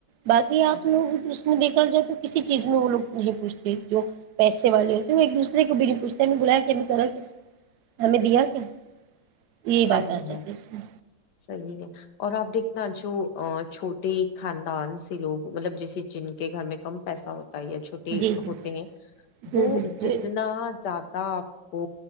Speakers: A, on the right; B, on the left.
A: باقی آپ
B: جی
A: لوگ اس دیک چ جائے تو کسی چیز میں وہ لوگ نہیں پوچھتے جو پیسے والے ہوتے وہ ایک دوسرے کو بھی نہیں پوچھتے ہم بلایا کیا میں کرا کیا ہمیں دیا کیا یہی بات
B: صحی
A: آ جاتی
B: ہے
A: اس میں
B: صحیح ہے اور آپ دیکھنا ان جو چھوٹے خاندان سے لوگ مطلب جیسے جن کے گھر میں کم پیسہ ہوتا یا چھوٹے
A: جی
B: ہوتے ہیں
A: جی
B: وہ جتنا زیادہ آپ کو